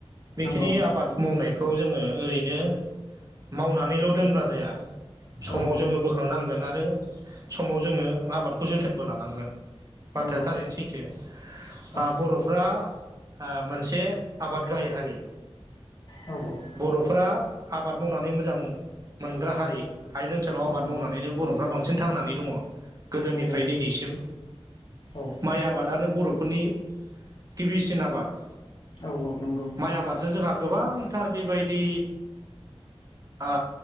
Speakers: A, on the right; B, on the left.
A: बेखिनि
B: नंगौ
A: आबाद
B: नोंथां
A: मावनायखौ जोङो ओरैनो मावना नैल' दोनब्ला जाया समाव
B: औ औ
A: जोङो होनांगोन आरो समाव जोङो आबादखौ जोथोनबो लानांगोन बाथ्राया
B: नंगौ
A: थारैनो सै थो
B: औ
A: आ बर'फ्रा आ मोनसे आबाद गाहाइ हारि।
B: औ औ।
A: बर'फोरा आबाद मावनानै मोजां मोनग्रा हारि। हायेन ओनसोलाव
B: औ
A: आबाद
B: नंगौ
A: मावनानैनो बर'फ्रा बांसिन थांनानै दङ। गोदोनिफ्राय
B: नंगौ नंगौ
A: दिनैसिम
B: औ
A: माइ आबादानो बर'फोरनि गिबिसिन आबाद।
B: औ औ नंगौ।
A: माइ आबादजों जोंहा गोबांथार बेबायदि आ